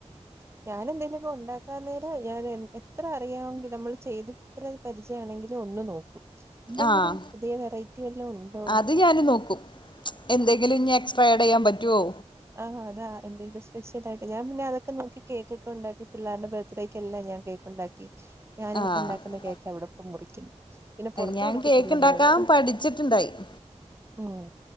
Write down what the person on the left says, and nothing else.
ആഹ്
അത് ഞാന് നോക്കും എന്തെങ്കിലും ഇനി എക്സ്ട്രാ ആഡ് ചെയ്യാൻ പറ്റുവോ
ആഹ്
ഞാൻ
കേക്ക് ഉണ്ടാക്കാൻ
പഠിച്ചിട്ടുണ്ടായി